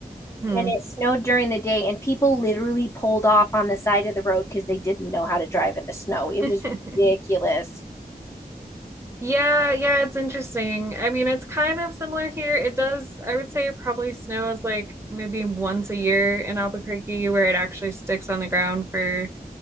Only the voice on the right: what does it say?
<laughs> hmm
<laughs>
Yeah, yeah, it's interesting. I mean, it's kind of similar here. It does, I would say it probably snows like maybe once a year in Albuquerque where it actually sticks on the ground for